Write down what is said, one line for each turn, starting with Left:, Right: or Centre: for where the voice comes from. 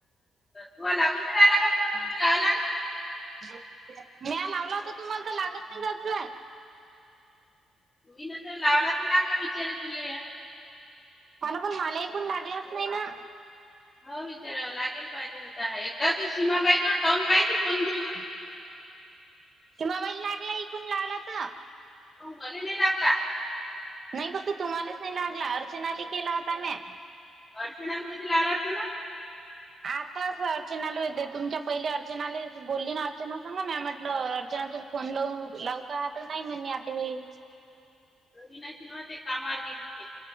Left: तू लागून नाही राहिला का फोन तुम्ही
Right: <inaudible>
Left: लावला ना
Right: म्या लावला होता तुम्हाला, तर लागत ना जात जाय.
Left: तीन तर लावला तर लागला बिचारी तुले
Right: हाना पण मला ईकूण लागलाच नाही ना.
Left: हो विचारावं लागेल पाहिजे आता एकदा तू सीमाबाई जवळ जाऊन पाहिजे फोन घेऊन
Right: <inaudible> सीमाबाईला लागला. इकून लावला त.
Left: हो मले नाही लागला.
Right: नाही फक्त तुम्हालाच नाही लागला. अर्चनाला केला होता म्या.
Left: अर्चनाला कधी लावला तोना?
Right: आता असं अर्चनाले होते. तुमच्या पहिले अर्चनाला बोलली ना. अर्चना संग म्या म्हटलं अर्चना तू फोन लाव लावू का? त नाही म्हणे आत्या बाई.
Left: घरी नाहीते. कामावर गेले ते.